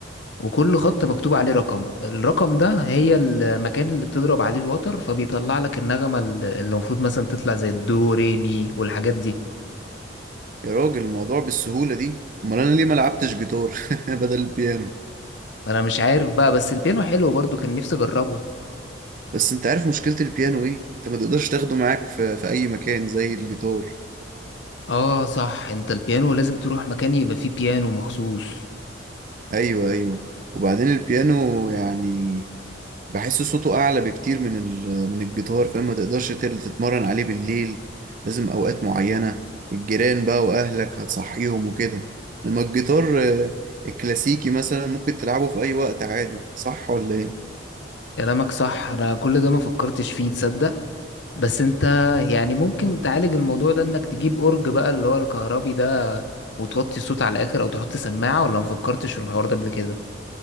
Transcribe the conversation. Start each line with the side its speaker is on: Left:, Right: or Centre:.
Left: وكل خط مكتوب عليه رقم الرقم ده هي المكان اللي بتضرب عليه الوتر فبيطلع لك النغمة ال- اللي المفروض مثلا تطلع زي الدو ري مي والحاجات دي
Right: يا راجل الموضوع بالسهولة دي امال انا ليه ما لعبتش جيتار <laughs> بدل البيانو
Left: انا مش عارف بقى بس البيانو حلو برضو كان نفسي اجربه
Right: بس انت عارف مشكلة البيانو ايه انت ما تقدرش تاخده معاك في, في اي مكان زي الجيتار
Left: اه صح انت البيانو لازم تروح مكان يبقى فيه بيانو مخصوص
Right: ايوه ايوه وبعدين البيانو يعني بحس صوته اعلى بكتير من ال... من الجيتار فاهم ما تقدرش تل- تتمرن عليه بالليل لازم اوقات معينة الجيران بقى واهلك هتصحيهم وكده لما الجيتار آه، الكلاسيكي مثلا ممكن تلعبه في اي وقت عادي صح ولا ايه
Left: كلامك صح انا كل ده ما فكرتش فيه تصدق بس انت يعني ممكن تعالج الموضوع ده انك تجيب اورج بقى اللي هو الكهربي ده وتوطي الصوت على الاخر او تحط سماعة ولا مفكرتش في الحوار ده قبل كده